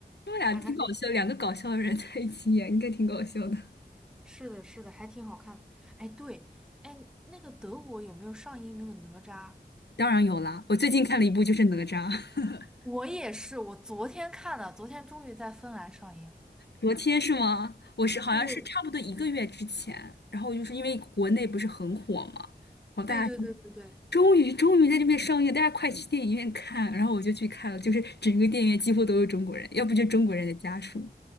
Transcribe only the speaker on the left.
们俩挺搞笑，
两个搞笑的人在一起演，应该挺搞笑的。
当然有啦，我最近看了一部就是哪吒，<laughs>
昨天是吗？我是好像是差不多一个月之前，
然后就是因为国内不是很火嘛，然后大家说
终于终于在这边上映，大家快去电影院看，然后我就去看了，就是整个电影院几乎都是中国人，要不就中国人的家属。